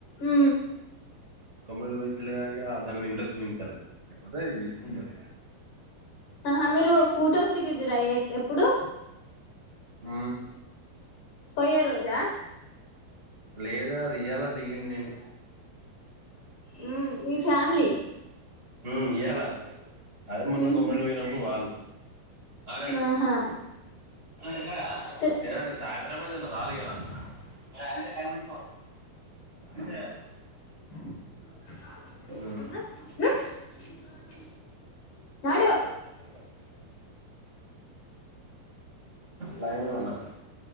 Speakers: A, on the left; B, on the right.
A: ఊ
B: కంప్యూటర్ వచ్చలే కాక దాని మీద ఇంట్రెస్ట్ చూపించాలి లేకపోతేది తీసుకుందిను
A: ఆహా మీరు ఫోటోలు దిగుదురా ఎప్పుడు
B: ఆ
A: పోయే రోజా
B: లేదా అది ఇయ్యాలా దిగింది నేను
A: ఉ మీ ఫ్యామిలీ
B: హ ఇయ్యాల అదే మొన్న
A: ఉహు
B: కొమ్మిరిల్లా పోయినప్పుడు వాళ్ళు <unintelligible>
A: ఆహా స్టే
B: <unintelligible>
A: <inaudible>
B: ఉమ్
A: <inaudible>
B: <inaudible>
A: నడు
B: లైన్ లో ఉన్నాము